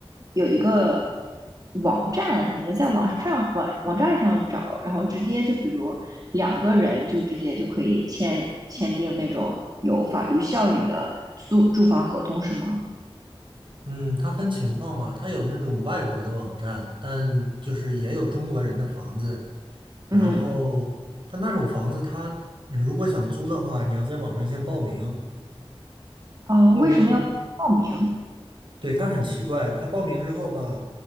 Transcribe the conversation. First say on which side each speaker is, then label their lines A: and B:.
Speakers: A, on the right (about 40°); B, on the right (about 55°).
A: 有一个网站，你们在网上网网站上找，然后直接就比如两个人就直接就可以签签订那种有法律效力的租住房合同，是吗？
B: 嗯，它分情况嘛，它有那种外国的网站，但就是也有中国人的房子。然后，
A: 嗯，
B: 但那种房子它，你如果想租的话，你要在网上先报名。
A: 哦，
B: 报名一，
A: 为什么要报名？
B: 对，它很奇怪，他报名之后吧，